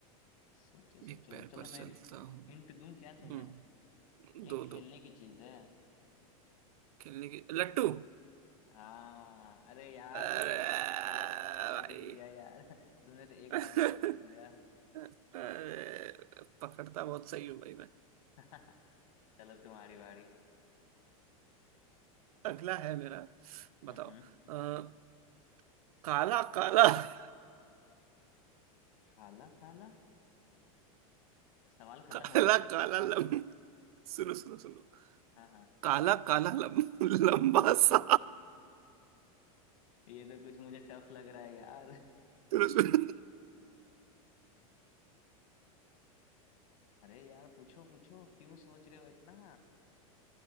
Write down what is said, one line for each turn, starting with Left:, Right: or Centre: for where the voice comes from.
Left: सोचो सोचो
Right: एक पैर
Left: चलो
Right: पर चलता
Left: मैं एक
Right: हूँ
Left: हिंट दूं क्या तुम्हें
Right: हम्म
Left: ये
Right: दो
Left: खेलने
Right: दो
Left: की चीज है
Right: खेलने की लट्टू
Left: हाँ अरे यार
Right: अरे
Left: मैंने गलत
Right: भाई
Left: हिंट दे दिया यार <laughs> तुमने तो एक
Right: <laughs>
Left: बार में पकड़ लिया
Right: अरे, पकड़ता बहुत सही हूँ भाई मैं
Left: <laughs> चलो तुम्हारी बारी
Right: अगला है मेरा बताओ
Left: हम्म हम्म
Right: अ, काला काला <laughs>
Left: काला काला सवाल खत्म
Right: काला
Left: हो गई क्या
Right: काला लम सुनो सुनो सुनो
Left: हाँ हाँ
Right: काला काला लम लंबा सा
Left: ये तो कुछ मुझे टफ लग रहा है यार
Right: सुनो सुनो
Left: अरे यार पूछो पूछो क्यों सोच रहे हो इतना